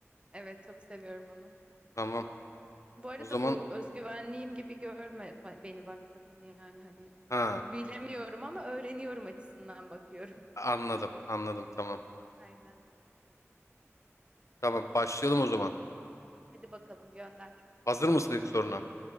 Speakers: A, on the right; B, on the left.
A: Evet, çok seviyorum onu.
B: Tamam.
A: Bu arada
B: O zaman
A: bu özgüvenliğim gibi görme ba- beni bak sakın yani hani
B: ha
A: bilemiyorum ama öğreniyorum açısından bakıyorum.
B: anladım anladım tamam.
A: <laughs> Aynen.
B: Tamam başlayalım o zaman.
A: Hadi bakalım gönder.
B: Hazır mısın ilk soruna?